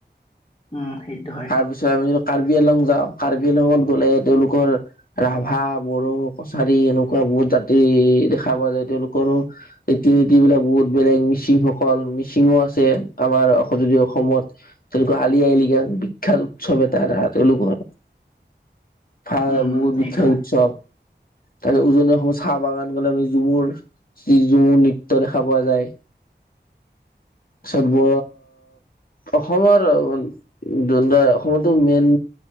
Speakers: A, on the left; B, on the left.
A: উম্, সেইটো হয়।
B: তাৰপিছত আমি কাৰ্বি আলং যাওঁ, কাৰ্বি আলংত গ'লে তেওঁলোকৰ ৰাভা, বড়ো, কছাৰী এনেকুৱা বহুত জাতি দেখা পোৱা যায়, তেওঁলোকৰো ৰীতি-নীতি বিলাক বহুত বেলেগ, মিচিংসকল, মিচিংয়ো আছে। আমাৰ যদি অসমত তেওঁলোকৰ আলি-আই-লিগাং বিখ্যাত উৎসৱ এতাৰ, তেওঁলোকৰ চাহ
A: উম
B: বহুত
A: সেইটো
B: বিখ্যাত
A: হয়
B: উৎসৱ। তাৰপিছত উজনিৰ অসমত চাহ বাগান গ'লে, আমি যিবোৰ য্ৰীজুু নৃত্য দেখা পোৱা যায়। তাৰপিছত ব অসমৰ, অসমতো মেইন